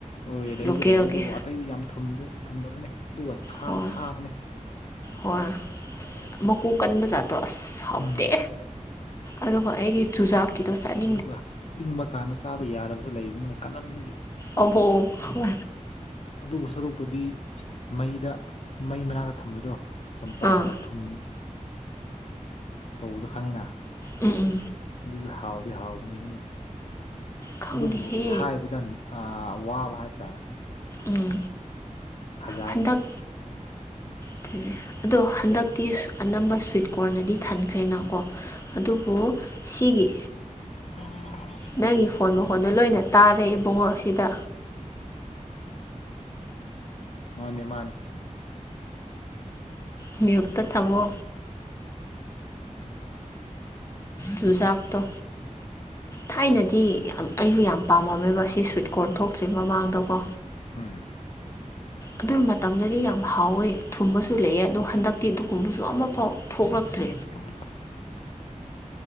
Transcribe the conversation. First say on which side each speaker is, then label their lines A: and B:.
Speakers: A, on the left (about 55°); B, on the left (about 25°).
A: ꯍꯣꯏ ꯂꯩꯗ
B: ꯂꯣꯀꯦꯜꯒꯤ
A: ꯂꯩ ꯑꯗꯨꯕꯨ ꯑꯇꯩꯗꯤ ꯌꯥꯝ ꯊꯨꯝꯗꯕꯅꯦ ꯑꯗꯨꯒ
B: ꯍꯣꯏ
A: ꯊꯥꯕꯅꯦ
B: ꯍꯣꯏ ꯑꯁ ꯃꯀꯨ ꯀꯟꯕ ꯖꯥꯠꯇꯣ ꯑꯁ ꯍꯥꯎꯇꯦ
A: ꯎꯝ
B: ꯑꯗꯨꯒ ꯑꯩꯒꯤ ꯆꯨꯖꯥꯀꯤꯗꯣꯁꯥꯅꯤ
A: ꯑꯗꯨꯒ ꯏꯪꯕ ꯀꯥꯟꯗ ꯆꯥꯕ ꯌꯥꯔꯕꯁꯨ ꯂꯩꯕꯅꯤꯅ ꯀꯅꯟꯒꯤ
B: ꯑꯣꯕꯣ ꯍ
A: ꯑꯗꯨꯕꯨ ꯁꯔꯨꯛꯄꯨꯗꯤ ꯃꯩꯗ ꯃꯩ ꯃꯅꯥꯛꯇ ꯊꯝꯕꯗꯣ ꯆꯝꯄ꯭ꯔꯥꯒ
B: ꯑꯥ
A: ꯊꯨꯝ ꯇꯧꯕꯁꯨ ꯈꯪꯉꯤꯅ
B: ꯎꯝ ꯎꯝ
A: ꯑꯗꯨꯁꯨ ꯍꯥꯎꯗꯤ ꯍꯥꯎꯅꯤ
B: ꯈꯪꯗꯦꯍꯦ
A: ꯑꯗꯨꯕꯨ ꯁꯥꯏꯕꯗ ꯋꯥꯕ ꯍꯥꯏꯇꯥꯔꯦ
B: ꯎꯝ
A: ꯈꯖꯥꯏꯁꯦ
B: ꯍꯟꯗꯛ ꯑꯗꯨ ꯑꯗꯣ ꯍꯟꯗꯛꯇꯤ
A: ꯀꯩ
B: ꯑꯅꯝꯕ ꯁ꯭ꯋꯤꯠ ꯀꯣꯔꯅꯗꯤ ꯊꯟꯈ꯭ꯔꯦꯅꯀꯣ ꯑꯗꯨꯕꯨ ꯁꯤꯒꯤ
A: ꯃꯅꯤꯅ ꯃꯅꯤ
B: ꯅꯪꯒꯤ ꯐꯣꯟ ꯃꯈꯣꯟꯗꯣ ꯂꯣꯏꯅ ꯇꯥꯔꯦ ꯏꯕꯨꯡꯉꯣꯁꯤꯗ
A: ꯃꯥꯅꯦ ꯃꯥꯅꯦ
B: ꯃꯌꯨꯇ ꯊꯝꯃꯣ ꯖꯨꯖꯥꯞꯇꯣ ꯊꯥꯏꯅꯗꯤ ꯌꯥꯝ ꯑꯩꯁꯨ ꯌꯥꯝ ꯄꯥꯝꯃꯝꯃꯦꯕ ꯑꯁꯤ ꯁ꯭ꯋꯤꯠ ꯀꯣꯔꯟ ꯊꯣꯛꯇ꯭ꯔꯤ ꯃꯃꯥꯡꯗꯀꯣ
A: ꯎꯝ
B: ꯑꯗꯨꯒꯤ ꯃꯇꯝꯗꯗꯤ ꯌꯥꯝ ꯍꯥꯎꯋꯦ ꯊꯨꯝꯕꯁꯨ ꯂꯩꯑ ꯑꯗꯣ ꯍꯟꯗꯛꯇꯤ ꯑꯗꯨꯒꯗꯨꯀꯨꯝꯕꯁꯨ ꯑꯃꯐꯥꯎ ꯊꯣꯛꯂꯛꯇ꯭ꯔꯦ
A: ꯑꯣ